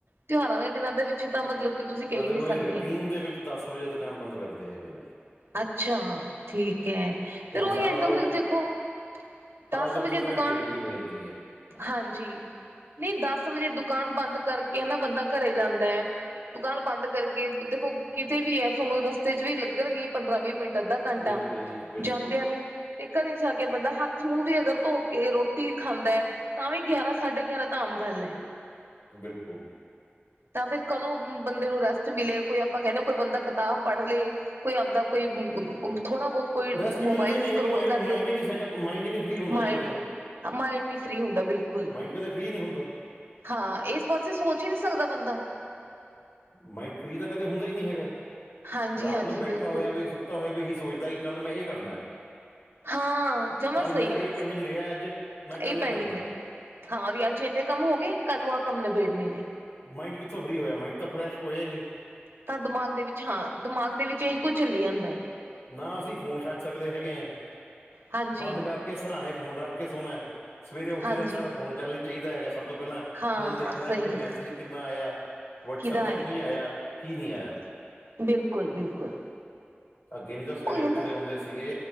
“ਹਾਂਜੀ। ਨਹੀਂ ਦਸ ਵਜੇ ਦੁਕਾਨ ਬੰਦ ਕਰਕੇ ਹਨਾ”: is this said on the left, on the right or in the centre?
Right